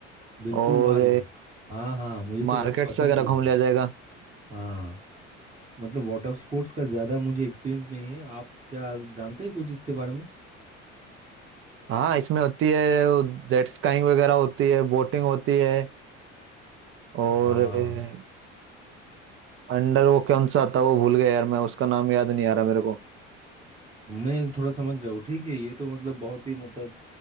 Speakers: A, on the right; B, on the right.
A: बिल्कुल
B: और
A: भाई हाँ हाँ मुझे तो
B: मार्केट्स
A: बहुत पसंद
B: वगैरह
A: है ये
B: घूम
A: सब
B: लिया जाएगा
A: हाँ मतलब वाटर स्पोर्ट्स का ज़्यादा मुझे एक्सपीरियंस नहीं है आप क्या जानते हैं कुछ इसके बारे में
B: हाँ इसमें होती है जेट स्काइंग वगैरह होती है बोटिंग होती है और
A: हाँ
B: अंडर वो कौन सा आता है वो भूल गया यार मैं उसका नाम याद नहीं आ रहा मेरे को
A: मैं थोड़ा समझ रहा हूँ ठीक है ये तो मतलब बहुत ही मतलब